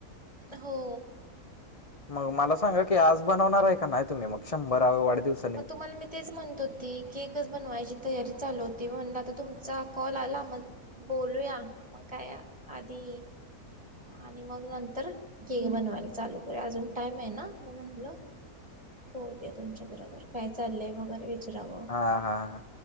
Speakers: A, on the right; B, on the left.
A: हो.
B: मग मला सांगा की, आज बनवणार आहे का नाही तुम्ही मग? शंभराव्या वाढदिवस
A: मग तुम्हाला मी तेच म्हणतो त केकच बनवायची तयारी चालू होती. म्हनलं, आता तुमचा कॉल आला मग बोलूया, मग काय आधी आणि मग नंतर केक बनवायला चालू करू. अजून टाइम आहे, ना म म्हनलं बोलूया तुमच्या बरोबर, काय चाललंय वगैरे. विचारावं
B: हा, हा,